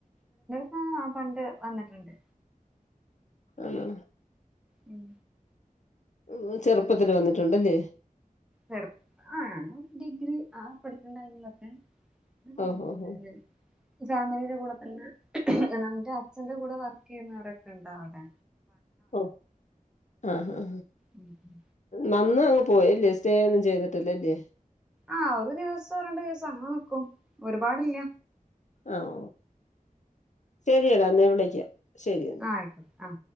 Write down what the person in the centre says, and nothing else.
ആ പണ്ട് വന്നിട്ടുണ്ട്.
ഉം
ചെറുപ്പം ആ ഡിഗ്രി ആ പഠിക്കണ ടൈമിലൊക്കെ വന്നിട്ടുണ്ടെന്
ഫാമിലിയുടെ കൂടെ പിന്നെ എന്റെ അച്ഛന്റെ കൂടെ വർക്ക് ചെയ്യുന്നവരക്കെ ഉണ്ടവിടെ
ഉം ഉം
ആഹ ഒരു ദിവസം രണ്ടു ദിവസം അങ്ങനെ നിക്കും. ഒരുപാടില്ല
ആ ആയിക്കോട്ടെ ആ